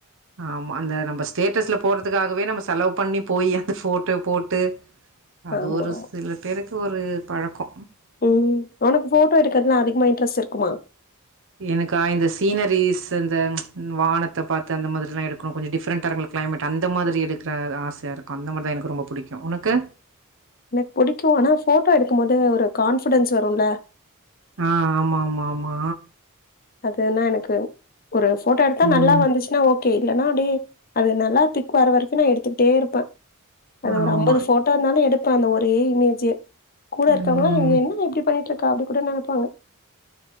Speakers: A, on the right; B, on the left.
A: ஆமா அந்த நம்ம ஸ்டேட்டஸ்ல போட்றதுக்காகவே நம்ம செலவு பண்ணி போயி அந்த ஃபோட்டோ போட்டு அது
B: ஆமா,
A: ஒரு
B: ஆமா.
A: சில பேருக்கு ஒரு பழக்கோ
B: ம் உனக்கு போட்டோ எடுக்கிறதுலாம் அதிகமா இன்ட்ரெஸ்ட் இருக்குமா
A: எனக்கா இந்த சீனரீஸ் அந்த வானத்த பாத்து அந்த மாதிரில்லா இருக்கணு கொஞ்சோ டிஃப்ரெண்டா இருக்கனு கிளைமேட் அந்த மாதிரி இருக்கிற ஆசையாக இருக்கும் அந்த மாதிரி தான் எனக்கு ரொம்ப புடிக்கும் உனக்கு
B: எனக்கு புடிக்கும் ஆனா ஃபோட்டோ எடுக்கும்போது ஒரு கான்ஃபிடென்ஸ் வரும்ல
A: ஆ ஆமாம்மம்மம்மா
B: அதுனா எனக்கு ஒரு போட்டோ எடுத்தா
A: ம்
B: நல்லா வந்துச்சுன்னா ஓகே இல்லன்னா அப்டியே அது நல்லா பிக் வர வரைக்கும் நான் எடுத்துட்டே இருப்பேன் அது
A: ஆமா
B: ஒரு அம்பது போட் டோ ஒரு மாதிரி எடுப்ப அந்த ஒரே இமேஜே கூட இருக்குறவங்களா
A: ம்
B: என்ன இப்டி பண்ணிட்டு இருக்கா அப்டி கூட நெனப்பாங்க